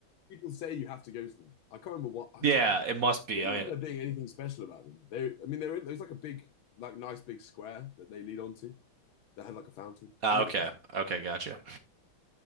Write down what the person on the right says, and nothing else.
Yeah,
it must be.
I
mean,
Ah,
okay.
Okay, gotcha.